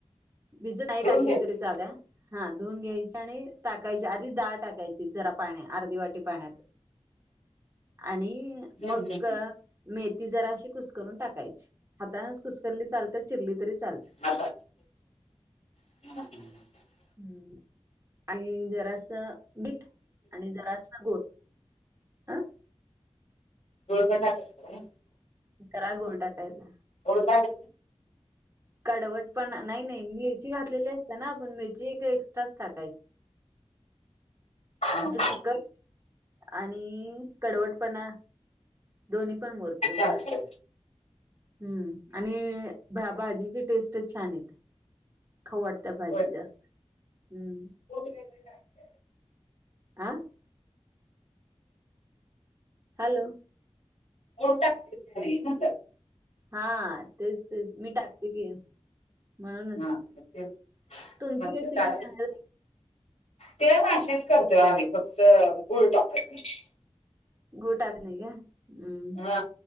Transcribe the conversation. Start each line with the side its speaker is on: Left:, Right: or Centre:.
Right: विज नाही
Left: धुवून
Right: टाकली
Left: घ्यायचं
Right: तरी चाल्या हा धुन घ्यायची आणि टाकायची आधी दहाळ टाकायची जरा पाण्या अर्धी वाटी पाण्यात आणि
Left: हम्म
Right: मग
Left: हम्म हम्म.
Right: मेथी जरा अशी कुसकरून टाकायची हाताानच कुसकरली चालत चिरली तरी चालते
Left: आ ह
Right: ह् आणि जरा असं मीठ आणि जरा अस गोल आह
Left: तुळ पण टा-
Right: जरा गुळ टाकायचा.
Left: लड
Right: कडवट पण नाही नाही मिरची घातलेली असत ना आपण मिरची एक एक्स्ट्राच टाकायची
Left: हा,
Right: म्ह जे तिखट आणि कडवटपणा दोन्ही पण मोरत
Left: चालतंय.
Right: गोळात हम्म आणि भाजीची टेस्टच छान य खाऊ वाटत भाजी
Left: होय.
Right: जास्त हम्म
Left: खोबरं वगैरे टाकायचं.
Right: आ हॅलो
Left: मो टाते सरी म्ह
Right: हा तेच मी टाकते की म्हणूनच
Left: हा तेच
Right: तुमची
Left: म्हणलं
Right: रेसिपी
Left: टाकायचं.
Right: सांगाल
Left: ते भाशीच करतोय आम्ही फक्त गल टाकत नाही
Right: गुळ टाकण आहे का हम्म
Left: हा